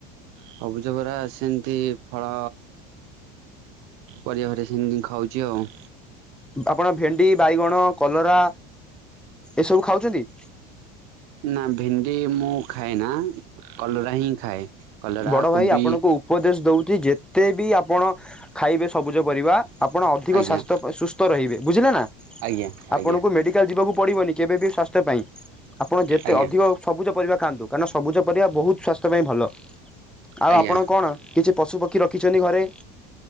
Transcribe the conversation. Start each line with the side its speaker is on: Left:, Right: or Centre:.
Right: ସବୁଜ ପରା ସେମିତି ଫଳ ପରିବା ଘରେ ସେମିତି ଖାଉଛି ଆଉ।
Centre: ଆପଣ ଭେଣ୍ଡି ବାଇଗଣ କଲରା ଏସବୁ ଖାଉଛନ୍ତି।
Right: ନା ଭେଣ୍ଡି ମୁଁ ଖାଏ ନା କଲରା ହିଁ ଖାଏ। କଲରା
Centre: ବଡ ଭାଇ
Right: କୋବି
Centre: ଆପଣଙ୍କୁ ଉପଦେଶ ଦଉଛି ଯେତେ ବି ଆପଣ ଖାଇବେ ସବୁଜ ପରିବା ଆପଣ ଅଧିକ
Right: ଆଜ୍ଞା
Centre: ସ୍୍ୱାସ୍ଥ ସୁସ୍ଥ ରହିବେ। ବୁଝିଲେ ନା
Right: ଆଜ୍ଞା ଆଜ୍ଞା
Centre: ଆପଣଙ୍କୁ ମେଡିକାଲ ଯିବାକୁ ପଡିବନି କେବେବି ସ୍ୱାସ୍ଥ୍ୟ ପାଇଁ ଆପଣ ଯେତେ
Right: ଆଜ୍ଞା
Centre: ଅଧିକ ସବୁଜ ପରିବା ଖାଆନ୍ତୁ କାରଣ ସବୁଜ ପରିବା ବହୁତ ସ୍ୱାସ୍ଥ୍ୟ ପାଇଁ ଭଲ। ଆଉ
Right: ଆଜ୍ଞା
Centre: ଆପଣ କଣ କିଛି ପଶୁ ପକ୍ଷୀ ରଖିଛନ୍ତି ଘରେ